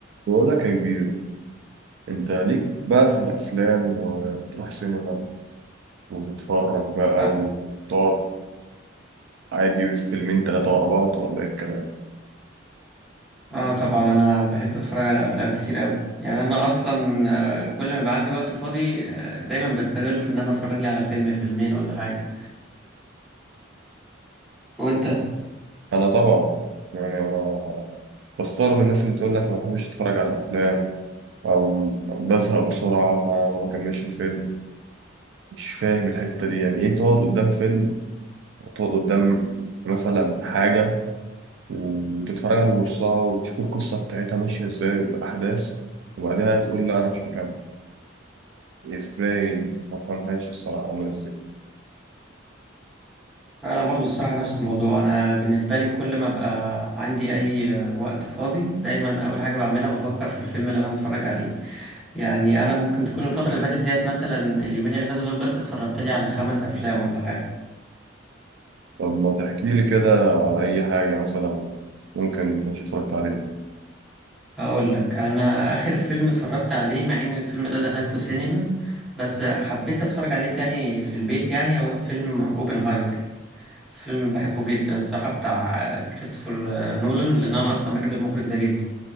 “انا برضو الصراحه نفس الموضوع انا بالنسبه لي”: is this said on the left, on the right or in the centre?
Centre